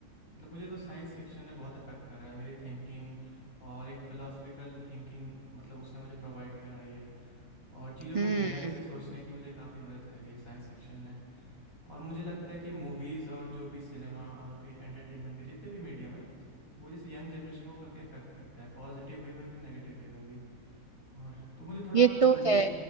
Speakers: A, on the left; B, on the right.
A: मतलब मुझे तो साइंस फिक्शन ने बहुत अफेक्ट करा है मेरी थिंकिंग और एक फ़िलोसफिकल थिंकिंग मतलब उसने मुझे प्रोवाइड कराई है और चीज़ों को
B: हम्म
A: गहराई से सोचने की मुझे काफ़ी मदद करी है साइंस फिक्शन और मुझे लगता है कि मूवीज़ और जो भी सिनेमा और भी एंटरटेनमेंट के जितने भी मीडियम है वो जैसे यंग जनरेशन को काफ़ी अफेक्ट करता है पॉजिटिव वे में भी नेगेटिव वे में भी और तो मुझे थोड़ा
B: ये
A: आप
B: तो
A: मूवीज़
B: है